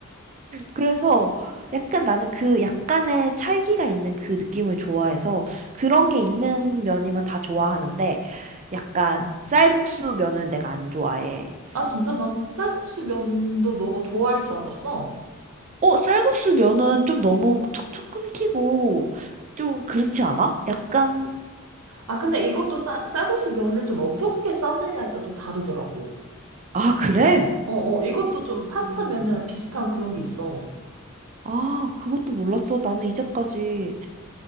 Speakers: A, on the right; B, on the right.
A: 그래서 약간 나는 그 약간의 찰기가 있는 그 느낌을 좋아해서 그런 게 있는 면이면 다 좋아하는데 약간 쌀국수 면은 내가 안 좋아해.
B: 아, 진짜? 나 쌀국수 면도 너가 좋아할 줄 알았어.
A: 어, 쌀국수 면은 좀 너무 툭툭 끊기고 좀 그렇지 않아? 약간,
B: 아, 근데 이것도 싸, 쌀국수 면을 좀 어떻게 삶느냐에 따라 또 다르더라고.
A: 아, 그래?
B: 어, 어, 이것도 좀
A: 음.
B: 파스타 면이랑 비슷한 그런 게 있어.
A: 아, 그것도 몰랐어. 나는 이제까지